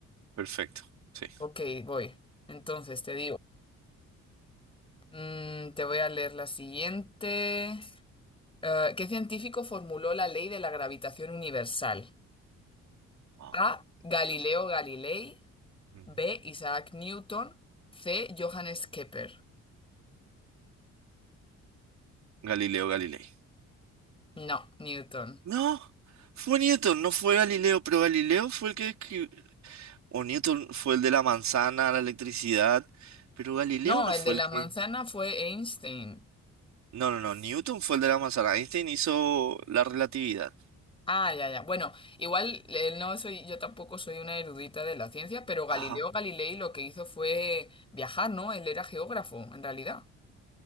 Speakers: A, on the right; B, on the left.
A: perfecto. Sí.
B: Ok, voy. Entonces te digo, mm, te voy a leer la siguiente. Eh, ¿qué científico formuló la ley de la gravitación universal?
A: Wow.
B: A. Galileo Galilei.
A: Ujú.
B: B. Isaac Newton. C. Johannes Kepler.
A: Galileo Galilei.
B: No, Newton.
A: No, fue Newton, no fue Galileo, pero Galileo fue el que escri- o Newton fue el de la manzana, la electricidad, pero Galileo
B: No,
A: no
B: el
A: fue
B: de la
A: el que...
B: manzana fue Einstein.
A: No, no, no, Newton fue el de la manzana, Einstein hizo la relatividad.
B: Ah, ya, ya. Bueno, igual eh, no soy, yo tampoco soy una erudita de la ciencia, pero Galileo
A: Ajá.
B: Galilei lo que hizo fue viajar, ¿no? Él era geógrafo, en realidad.